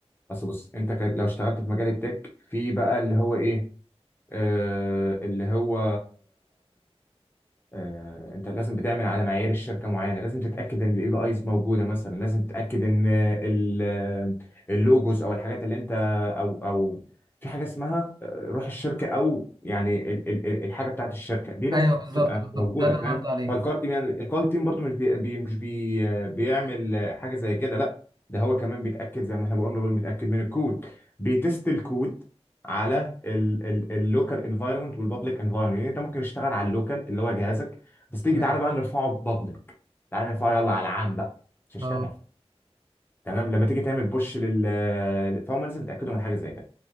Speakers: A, on the left; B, on the right.
A: بس بص انت كان لو اشتغلت في مجال التك في بقى اللي هو ايه آه اللي هو آه، انت لازم بتعمل على معايير الشركه معينه لازم تتاكد ان الاي بي ايز موجوده مثلا لازم تتاكد ان آه، ال- آه، اللوجوز او الحاجات اللي انت او او في حاجه اسمها آه، روح الشركه او يعني ال- ال- ال- الحاجه بتاعت الشركه دي لازم
B: ايوه بالظبط
A: تبقى
B: بالظبط
A: موجوده
B: ده اللي
A: فاهم
B: انا قصدي عليه
A: فالكار تيم يعني الكار تيم برضو مش بي بي- مش بي آه، بيعمل آه، حاجه زي كده لا ده هو كمان بيتاكد زي ما احنا بقولنا بيتاكد من الكود بيتست الكود على اللوكال انفايرمنت والبابليك انفايرمنت يعني انت ممكن تشتغل على اللوكال اللي هو جهازك بس تيجي
B: تمام
A: تعالى بقى نرفعه بابليك تعالى نرفعه يلا على العام بقى مش هشتغل
B: اه
A: تمام لما تيجي تعمل بوش لل فهم لازم يتاكدوا من حاجه زي كده